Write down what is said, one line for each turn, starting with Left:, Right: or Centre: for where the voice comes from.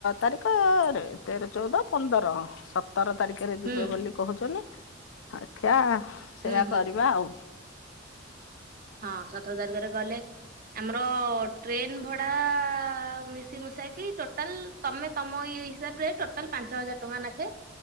Left: ତାରିଖ ରେ ତେର ଚଉଦ ପନ୍ଦର ସ ତର ତାରିଖରେ ଯିବେ
Right: ହୁଁ
Left: ବୋଲି କହୁଛନ୍ତି। <unintelligible> ସେଇୟା
Right: ହୁଁ ହୁଁ।
Left: କରିବା ଆଉ।
Right: ହଁ ସତର ତାରିଖରେ ଗଲେ ଆମର ଟ୍ରେନ ଭଡା ମିଶିମୁଶାକି ଟୋଟାଲ ତମେ ତମ ଇଏ ହିସାବରେ ଟୋଟାଲ ପାଞ୍ଚ ହଜାର ଟଙ୍କା ନାଖେ